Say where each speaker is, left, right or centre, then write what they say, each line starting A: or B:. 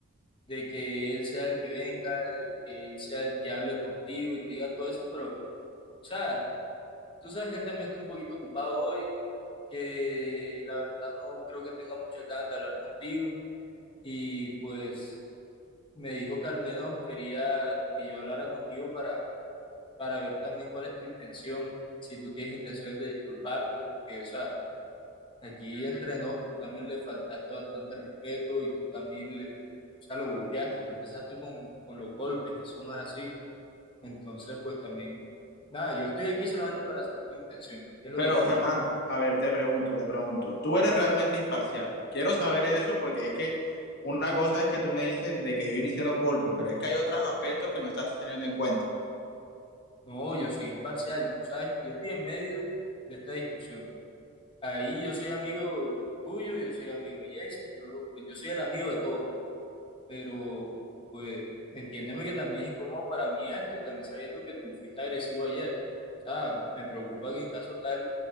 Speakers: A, on the left (about 25°); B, on the left (about 50°).
A: de que él sea el que venga, de que él sea el que hable contigo y te diga todo eso, pero, o sea, tú sabes que él también está un poquito ocupado hoy que la verdad no creo que tenga muchas ganas de hablar contigo y pues me dijo que al menos quería que yo hablara contigo para, para ver también cuál es tu intención, si tú tienes intenciones de disculparte, porque o sea, aquí entre nos tú también le faltaste bastante respeto y tú también le, o sea, lo golpeaste, tú empezaste con, con los golpes y eso no es así. Entonces, pues también, nada, yo estoy aquí solamente para saber tu intención, qué es lo
B: Pero
A: que quieres.
B: Fernando, a ver, te pregunto, te pregunto, tú eres realmente imparcial. Quiero saber eso porque es que una cosa es que tú me dices de que yo inicié los golpes, pero es que hay otros aspectos que no estás teniendo en cuenta.
A: No, yo soy imparcial, tú sabes, yo estoy en medio de esta discusión. Ahí yo soy amigo tuyo, yo soy amigo de Jason, yo, pues yo soy el amigo de todos, pero pues entiéndeme que también es incómodo para mí esto y también sabiendo que tú fuiste agresivo ayer. O sea, me preocupa que en caso tal,